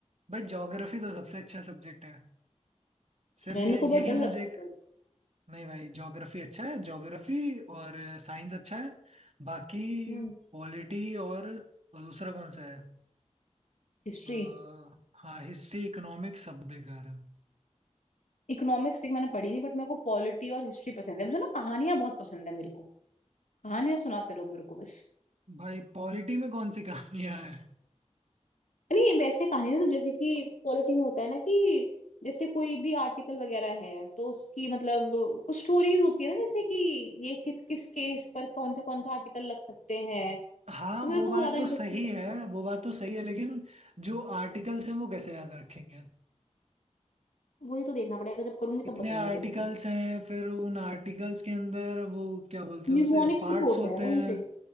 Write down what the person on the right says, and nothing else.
भाई ज्योग्राफी तो सबसे अच्छा सब्जेक्ट है सिर्फ
ये
यही
मुझे
एक
नहीं भाई ज्योग्राफी अच्छा है ज्योग्राफी और साइंस अच्छा है बाकी
पॉलिटी और, और दूसरा कौन सा है
अ, हाँ हिस्ट्री इकोनॉमिक्स सब बेकार है
भाई पॉलिटी में कौन सी कहानियां हैं
हाँ
वो
बात
तो
सही
है
वो बात तो सही है लेकिन जो आर्टिकल्स हैं वो कैसे याद रखेंगे
इतने
आर्टिकल्स
हैं फिर उन आर्टिकल्स के अंदर वो क्या बोलते
हैं उसे पार्ट्स
होते
हैं